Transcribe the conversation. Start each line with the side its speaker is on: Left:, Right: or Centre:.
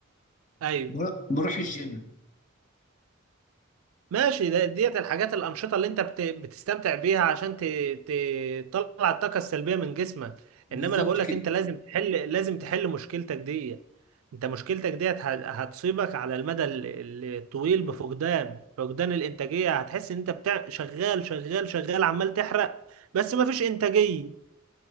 Right: ايوه
Left: بر- بروح الجيم
Right: ماشي ده- ديت الحاجات الأنشطة اللي أنت بت... بتستمتع بيها عشان ت... ت- تطلع الطاقة السلبية من جسمك
Left: بالظبط
Right: إنما أنا بقول لك
Left: كده
Right: أنت لازم تحل لازم تحل مشكلتك دي أنت مشكلتك ديت ه- هتصيبك على المدى ال- ال- الطويل بفقدان فقدان الإنتاجية هتحس إن أنت بتاع... شغال شغال شغال عمال تحرق بس مفيش إنتاجية